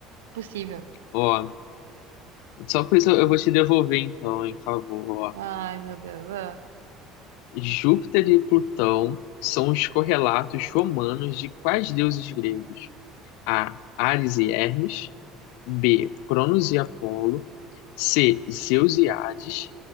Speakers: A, on the right; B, on the left.
A: Possível.
B: Ó, só por isso eu eu vou te devolver então, em favor, ó.
A: Ai, meu Deus. ah.
B: Júpiter e Plutão são os correlatos romanos de quais deuses gregos? A. Ares e Hermes. B. Cronos e Apolo. C. Zeus e Hades.